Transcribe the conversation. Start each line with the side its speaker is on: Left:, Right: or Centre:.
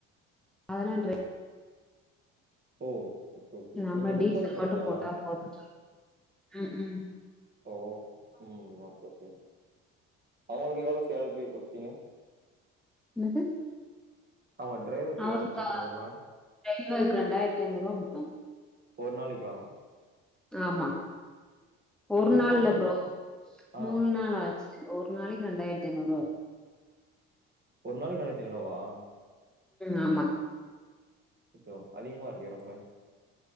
Centre: <inaudible> அதுலா <inaudible>
Right: ஓ ஓகே ஓகே
Centre: நம்ம
Right: நீங்க புக்
Centre: டீசல்
Right: பண்ணி போனீங்களா
Centre: மட்டு போட்டா போது ம் ம்
Right: ஓஓ உம் ஓகே ஓகே அவுங்களுக்கு எவ்ளோ சால்ரி குடுத்தீங்க
Centre: என்னது
Right: அவுங்க டிரைவருக்கு
Centre: அவருக்கா
Right: எவ்ளோ குடுத்தீங்க ஒருநா
Centre: டிரைவருக்கு ரெண்டாயிரத்தி ஐநூறுவா குடுத்தோ
Right: ஒருநாளைக்கா
Centre: ஆமா ஒரு நாள்
Right: நாளைக்கு
Centre: இல்ல
Right: ரெண்டாயிரத்
Centre: ப்ரோ
Right: ஆ
Centre: மூணு நாள் ஆச்சு ஒரு நாளைக்கு ரெண்டாயிரத்தி ஐநூறு ருவா
Right: ஒரு நாளைக்கு ரெண்டாயிரத்தி ஐநூறு ருவாவா
Centre: ஆமா
Right: அச்சச்சோ அதிகமா இருக்கே ரொம்ப